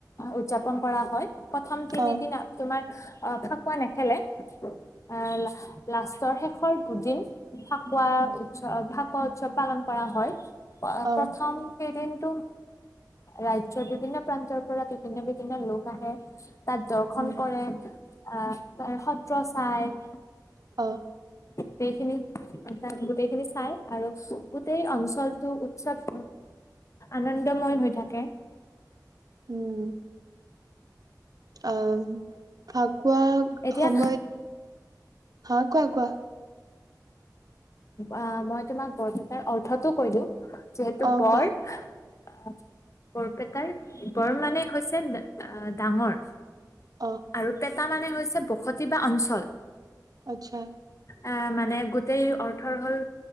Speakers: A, on the left (about 45°); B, on the right (about 60°).
A: উদযাপন কৰা হয়। প্ৰথম তিনি
B: অ
A: দিনত তোমাৰ। অ ফাকুৱা নেখেলে। আহ লাষ্টৰ শেষৰ দুদিন ফাকুৱা উৎসৱ ফাকুৱা উৎসৱ পালন কৰা হয়।
B: অ
A: প্ৰথম কেইদিন। তো ৰাইট। চত বিভিন্ন প্ৰান্তৰ পৰা বিভিন্ন বিভিন্ন লোক আহে। তাত দৰ্শন
B: উম
A: কৰে। আহ তাৰ সদ্ৰচ ঠাই
B: হ
A: গোটেইখিনি তাত গোটেইখিনি চাই আৰু গোটেই অঞ্চলটো উৎসৱ আনন্দময় হৈ থাকে।
B: উম! অ ফাকুৱা
A: এতিয়া
B: সময়ত হা কোৱা কোৱা!
A: অ মই তোমাক বৰপেটাৰ অৰ্থতো কৈ দিওঁ। যিহেতু
B: অ
A: বৰ!
B: কোৱা
A: আহ্! বৰপেটাৰ বৰ মানে হৈছে আহ্ ডাঙৰ।
B: অ
A: আৰু পেত। টা মানে হৈছে বসতি বা অঞ্চল।
B: আচ্ছা।
A: আ মানে গোট। গোটেই অৰ্থৰ হ'ল